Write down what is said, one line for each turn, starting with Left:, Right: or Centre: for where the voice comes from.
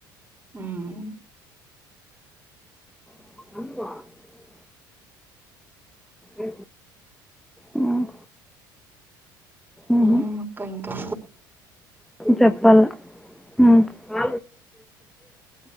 Right: హ్మ్
Centre: <unintelligible> అ ఉమ్ ఉహు
Right: ఏమక్క ఇంకా
Centre: చెప్పాల <unintelligible> ఆ